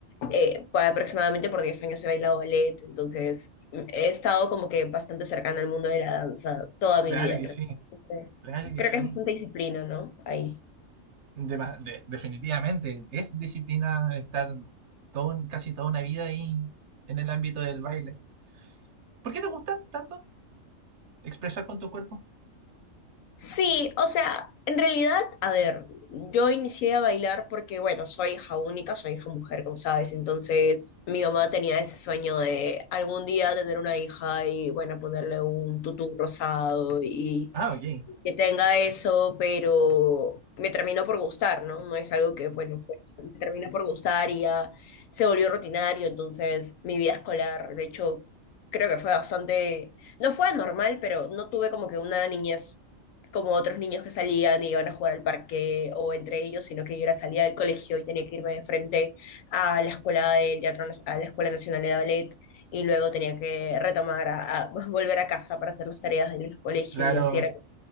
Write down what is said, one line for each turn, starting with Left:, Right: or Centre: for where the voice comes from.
Left: eh, por aproximadamente por 10 años he bailado ballet, entonces mm, he estado como que bastante cercana al mundo de la danza toda
Right: claro
Left: mi vida, en
Right: que
Left: realidad.
Right: sí,
Left: Siempre-
Right: claro que
Left: Creo
Right: sí.
Left: que es bastante disciplina, ¿no? Ahí.
Right: Dema- de- definitivamente, es disciplina estar todo, un- casi toda una vida ahí en el ámbito del baile. ¿Por qué te gusta tanto expresar con tu cuerpo?
Left: Sí, o sea, en realidad, a ver, yo inicié a bailar porque, bueno, soy hija única, soy hija mujer, como sabes, entonces mi mamá tenía ese sueño de algún día tener una hija y, bueno, ponerle un tutú rosado y
Right: Ah, ok,
Left: que tenga eso, pero me terminó por gustar, ¿no? No es algo que, bueno, fue- me terminó por gustar y ya se volvió rutinario, entonces mi vida escolar, de hecho, creo que fue bastante, no fue anormal, pero no tuve como que una niñez como otros niños que salían y iban a jugar al parque o entre ellos, sino que yo era salida del colegio y tenía que irme de frente a la escuela del teatro, Nas- a la Escuela Nacional de Ballet y luego tenía que retomar a, a- <laughs> volver a casa para hacer las tareas del colegio
Right: claro.
Left: y así era